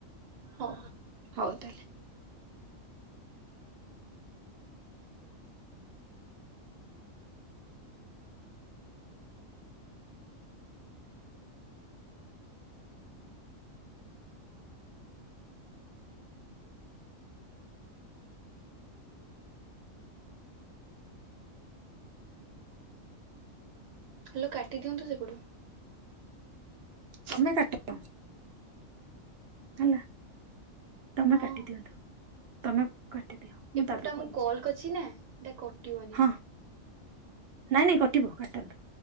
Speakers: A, on the right (about 80°); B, on the right (about 60°).
A: ହଁ।
B: ହଉ ତାହେଲେ।
A: ହ୍ୟାଲ୍ କାଟିଦିଅନ୍ତୁ ସେପଟୁ।
B: ତୋମେ କାଟ। ହେଲା, ତୋମେ
A: ହଁ
B: କାଟି ଦିଅନ୍ତୁ। ତୋମେ କାଟି ଦିଅ। ମୁଁ
A: ଏପଟା
B: ତାପରେ କଲ୍
A: କରିଛି ନା ଏଟା କଟିବନି।
B: ହଁ ନାଇଁ, ନାଇଁ କଟିବ କାଟନ୍ତୁ।